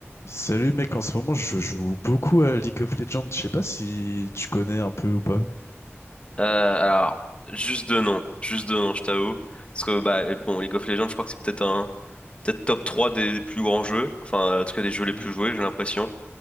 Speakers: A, on the left; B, on the left.
A: Salut mec, en ce moment je joue beaucoup à League of Legends, je sais pas si tu connais un peu ou pas.
B: Euh, alors, juste de nom, juste de nom. je t'avoue. Parce que, bah, bon, League of Legends, je crois que c'est peut-être un, peut-être top 3 des, des plus grands jeux. Enfin, en tout cas, des jeux les plus
A: Mm.
B: joués, j'ai l'impression.